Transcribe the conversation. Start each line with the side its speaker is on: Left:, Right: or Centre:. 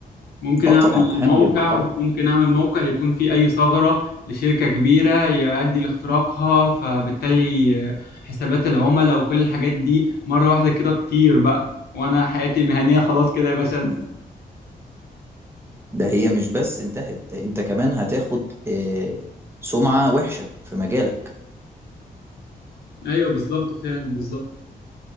Left: ممكن
Right: اه
Left: اعمل
Right: طبعا احيانا
Left: موقع
Right: بيبقى حرف
Left: ممكن اعمل موقع يكون فيه اي ثغرة لشركة كبيرة يؤدي لاختراقها فبالتالي حسابات العملاء وكل الحاجات دي مرة واحدة كده تطير بقى وانا حياتي المهنية خلاص كده يا باشا انسى
Right: ده هي مش بس انتهت ده انت كمان هتاخد آه... سمعه وحشه في مجالك
Left: ايوه بالظبط فعلا بالظبط